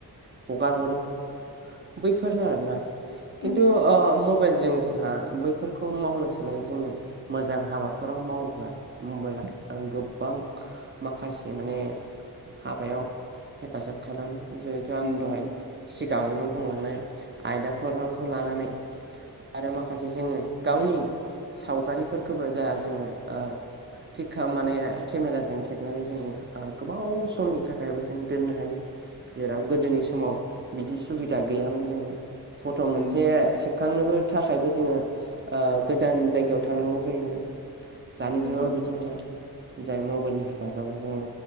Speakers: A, on the right; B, on the left.
A: हगार हरो बैफोरनो आरोना खिन्थु।
B: उम
A: मबाइलजों जोंहा बैफोरखौ मावनो सोलाय जोङो। मोजां हाबाफोराव मावोब्ला मबाइला गोबां। माखासे माने हाबायाव हेफाजाब खालामो। जिहेथु आं
B: उम
A: दहाय सिगाङावनो बुंलांनाय आयदाफोरखौ लानानै। आरो माखासे जोङो गावनि सावगारिफोरखौबो जा जोङो। क्लिकखा माने केमेराजों खेबनानै जोङो गोबाव समनि थाखायबो जों दोननो हायो।
B: <inaudible>
A: जेराव गोदोनि समाव बिदि सुबिदा गैयामोन जों फट' मोनसे
B: उम
A: से बखांनोबो थाखायबो जोङो गोजान जायगायाव थांनांगौ जायोमोन। दानि
B: उम
A: जुगाव बिदि नङा जाय मबाइलनि हेफाजाबाव जोङो